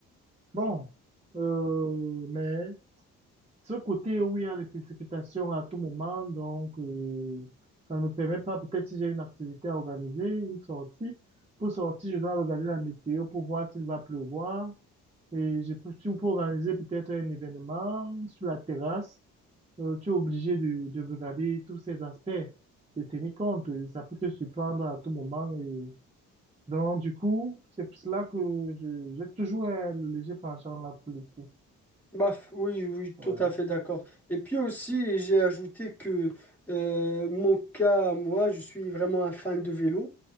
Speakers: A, on the right; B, in the centre.
A: bon. Euh, mais ce côté où il y a des précipitations à tout moment, donc euh, ça ne me permet pas, peut-être si j'ai une activité à organiser, une sortie, pour sortir, je dois regarder la météo pour voir s'il va pleuvoir. Et je peux, si on peut organiser peut-être un événement sur la terrasse, euh, tu es obligé de, de regarder tous ces aspects, de tenir compte. Et ça peut te surprendre à tout moment. Et donc, du coup, c'est pour cela que je, j'ai toujours euh, le léger penchant là pour l'été.
B: Baf, oui, oui,
A: Ouais.
B: tout à fait d'accord. Et puis aussi, j'ai ajouté que euh, mon cas, moi, je suis vraiment un fan de vélo.